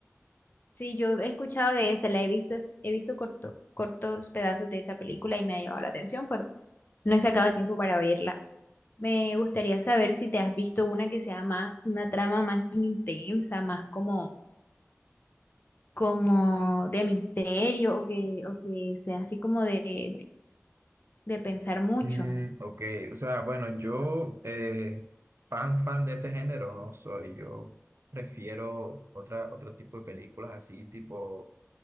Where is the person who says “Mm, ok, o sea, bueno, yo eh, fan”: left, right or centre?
Right